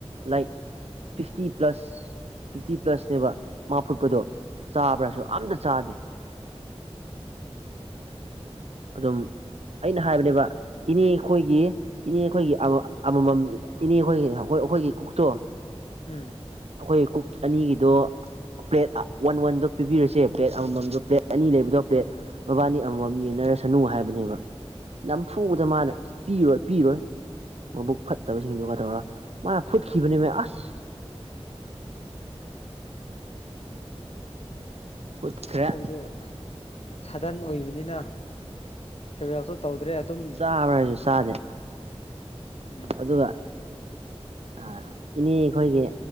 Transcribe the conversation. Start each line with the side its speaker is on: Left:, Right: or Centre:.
Right: ꯂꯥꯏꯛ ꯐꯤꯞꯇꯤ ꯄꯂꯁ ꯐꯤꯞꯇꯤ ꯄꯂꯁꯅꯦꯕ ꯃꯥ ꯐꯨꯠꯄꯗꯣ
Left: ꯑꯥ
Right: ꯆꯥꯕ꯭ꯔꯥꯁꯨ
Left: ꯑꯥ
Right: ꯑꯝꯇ ꯆꯥꯗꯦ ꯑꯗꯨꯝ ꯑꯩꯅ ꯍꯥꯏꯕꯅꯦꯕ ꯏꯅꯦ ꯑꯩꯈꯣꯏꯒꯤ ꯏꯅꯦ ꯑꯩꯈꯣꯏꯒꯤ ꯑꯃꯃꯝ ꯏꯅꯦ ꯑꯩꯈꯣꯏꯒꯤ ꯑꯩꯈꯣꯏꯒꯤ ꯀꯛꯇꯣ
Left: ꯎꯝ
Right: ꯑꯩꯈꯣꯏ ꯀꯨꯛ ꯑꯅꯤꯒꯤꯗꯣ ꯄ꯭ꯂꯦꯠ ꯋꯥꯟ ꯋꯥꯟꯗꯣ ꯄꯤꯕꯤꯔꯁꯦ ꯄ꯭ꯂꯦꯠ ꯑꯃꯃꯝꯗꯣ ꯄ꯭ꯂꯦꯠ ꯑꯅꯤ ꯂꯩꯕꯗꯣ ꯄ꯭ꯂꯦꯠ ꯃꯕꯥꯅꯤ ꯑꯃꯃꯝ ꯌꯦꯟꯅꯔꯁꯅꯨ ꯍꯥꯏꯕꯅꯦꯕ ꯅꯝꯐꯨꯗ
Left: ꯑꯥ
Right: ꯃꯥꯅ ꯄꯤꯔꯣꯏ ꯄꯤꯔꯣꯏ ꯃꯕꯨꯛ ꯐꯠꯇꯕꯁꯤꯡꯗꯨꯒ ꯇꯧꯔꯒ ꯃꯥꯅ ꯐꯨꯠꯈꯤꯕꯅꯤ ꯃꯦ ꯑꯁ ꯐꯨꯠꯈ꯭ꯔꯦ
Left: ꯑꯩꯈꯣꯏꯁꯨ ꯁꯥꯗꯟ ꯑꯣꯏꯕꯅꯤꯅ ꯐꯤꯌꯥꯋꯦꯜꯁꯨ ꯇꯧꯗ꯭ꯔꯦ ꯑꯗꯨꯝ
Right: ꯆꯕ꯭ꯔꯥ ꯍꯥꯏꯁꯨ ꯆꯥꯗꯦ
Left: ꯎꯝ
Right: ꯑꯗꯨꯒ ꯑꯥꯥ ꯏꯅꯦ ꯈꯣꯏꯒꯤ